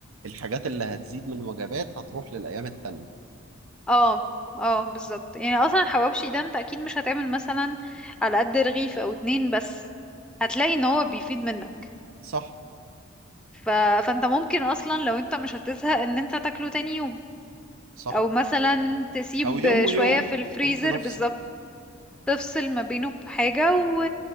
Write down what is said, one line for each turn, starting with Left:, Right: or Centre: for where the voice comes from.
Right: الحاجات اللي هتزيد من وجبات هتروح للايام التانية
Centre: <laughs> اه اه بالظبط يعني اصلا الحواوشي ده انت اكيد مش هتعمل مثلا على قد رغيف او اتنين بس هتلاقي ان هو بيفيد منك
Right: صح
Centre: ف... فانت ممكن اصلا لو انت مش هتزهق ان انت تاكله تاني يوم
Right: صح
Centre: او مثلا تسيب
Right: او يوم ويوم
Centre: شوية في الفريزر
Right: ممكن افصل
Centre: بالظبط تفصل ما بينه بحاجة و...